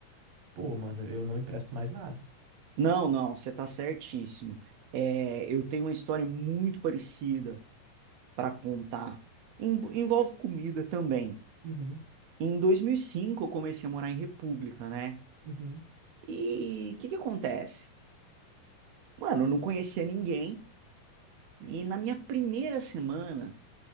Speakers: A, on the right; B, on the right.
A: Pô, mano, eu não empresto mais nada.
B: Não, não, você tá certíssimo. É, eu tenho uma história muito parecida para contar. Em- envolve comida também.
A: Uhum,
B: Em 2005 eu comecei a morar em República, né?
A: uhum.
B: E o que que acontece? Mano, eu não conhecia ninguém E na minha primeira semana,